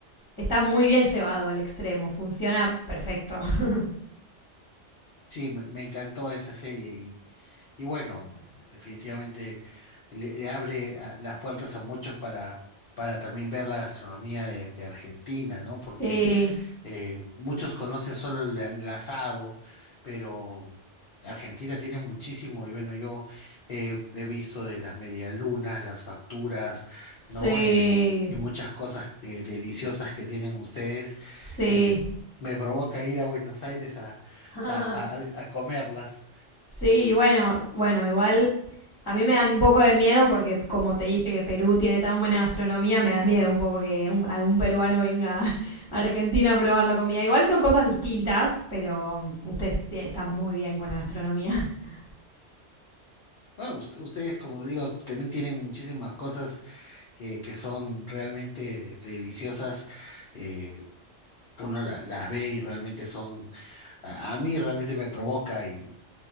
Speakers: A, on the left (about 25°); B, on the left (about 55°).
A: está muy bien llevado al extremo, funciona perfecto. <laughs>
B: Sí, me, me encantó esa serie y, y bueno, eh, definitivamente... le, le abre a- las puertas a muchos para, para también ver la gastronomía de, de Argentina, ¿no? Porque
A: Sí,
B: eh, muchos conocen solo el, el asado, pero Argentina tiene muchísimo, y bueno, yo eh, he visto de las medialunas, las facturas,
A: sí,
B: ¿no? Eh, y muchas cosas eh, deliciosas que tienen ustedes
A: sí.
B: que me provoca ir a Buenos Aires a,
A: <laughs>
B: a, a, a comerlas.
A: Sí, bueno, bueno, igual A mí me da un poco de miedo porque, como te dije que Perú tiene tan buena gastronomía, me da miedo un poco que un- algún peruano venga <laughs> a Argentina a probar la comida. Igual son cosas distintas, pero mm, ustedes están muy bien con la gastronomía. <laughs>
B: Bueno, us- ustedes, como digo, también tienen muchísimas cosas que, que son realmente deliciosas, eh, uno la- las ve y realmente son, a, a mí realmente me provoca y,